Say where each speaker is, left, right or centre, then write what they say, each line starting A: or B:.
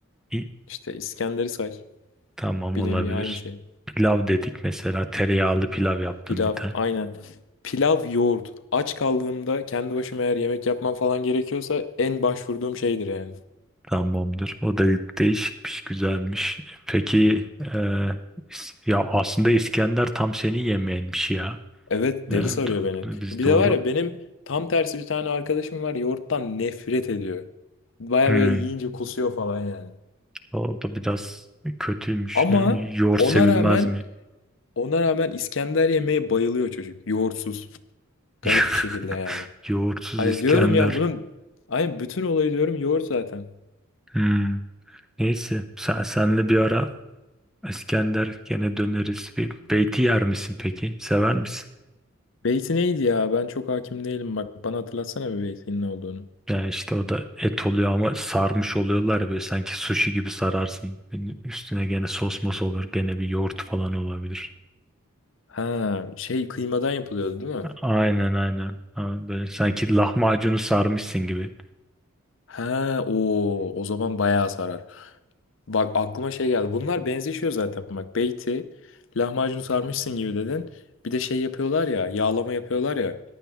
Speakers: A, in the centre; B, on the left.
A: İyi,
B: İşte İskender'i say.
A: tamam
B: Bir
A: olabilir.
B: nevi aynı şey.
A: Pilav dedik mesela tereyağlı pilav yaptım
B: Pilav,
A: bir tane.
B: aynen. Pilav, yoğurt. Aç kaldığımda kendi başıma eğer yemek yapmam falan gerekiyorsa en başvurduğum şeydir yani.
A: Tamamdır. O da değişikmiş, güzelmiş. Peki e, is- ya aslında İskender tam senin yemeğinmiş ya.
B: Evet,
A: Değil
B: deli
A: mi?
B: sarıyor beni.
A: Do- Biz
B: Bir
A: doğru.
B: de var ya benim tam tersi bir tane arkadaşım var yoğurttan nefret ediyor. Baya
A: Hmm,
B: böyle yiyince kusuyor falan yani.
A: o da biraz kötüymüş.
B: Ama
A: Ne bileyim, Yoğurt
B: ona
A: sevilmez
B: rağmen
A: mi?
B: ona rağmen İskender yemeği bayılıyor çocuk. Yoğurtsuz.
A: <laughs>
B: Garip bir şekilde yani.
A: Yoğurtsuz
B: Hani
A: İskender.
B: diyorum ya bunun hani bütün olayı diyorum yoğurt zaten.
A: Hmm, Neyse. Sen senle bir ara İskender gene döneriz. Bir beyti yer misin peki? Sever misin?
B: Beyti neydi ya? Ben çok hakim değilim. Bak bana hatırlatsana bir beytin ne olduğunu.
A: Ya işte o da et oluyor ama sarmış oluyorlar ya böyle sanki sushi gibi sararsın. Yani Üstüne gene sos mos olur gene bir yoğurt falan olabilir.
B: Ha, şey kıymadan yapılıyordu değil mi?
A: Aynen aynen. Ama Böyle sanki lahmacunu sarmışsın gibi.
B: Ha, o o zaman bayağı sarar. Bak aklıma şey geldi. Bunlar benzeşiyor zaten. Bak beyti lahmacunu sarmışsın gibi dedin. Bir de şey yapıyorlar ya, yağlama yapıyorlar ya.